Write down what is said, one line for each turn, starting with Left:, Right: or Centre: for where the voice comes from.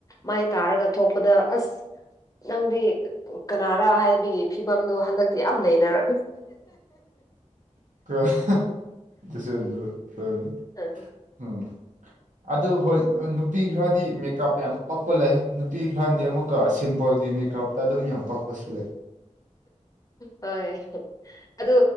Left: ꯃꯥꯏ ꯇꯥꯔꯒ ꯊꯣꯛꯄꯗ ꯑꯁ ꯅꯪꯗꯤ ꯀꯅꯥꯔ ꯍꯥꯏꯔꯗꯤ ꯐꯤꯕꯝꯗꯣ ꯍꯟꯗꯛꯇꯤ ꯌꯥꯝ ꯂꯩꯅꯔ
Right: <unintelligible>
Left: <inaudible>
Right: ꯎꯝ ꯑꯗꯨ ꯍꯣꯏ ꯅꯨꯄꯤ ꯈꯔꯗꯤ ꯃꯦꯀꯞ ꯌꯥꯝ ꯄꯛꯄ ꯂꯩ ꯅꯨꯄꯤ ꯈꯔꯅꯗꯤ ꯑꯃꯨꯛꯀ ꯁꯤꯝꯄꯜꯒꯤ ꯃꯦꯀꯞꯇ ꯑꯗꯨꯝ ꯌꯥꯝ ꯄꯛꯄꯁꯨ ꯂꯩ
Left: ꯍꯣꯏ ꯑꯗꯨ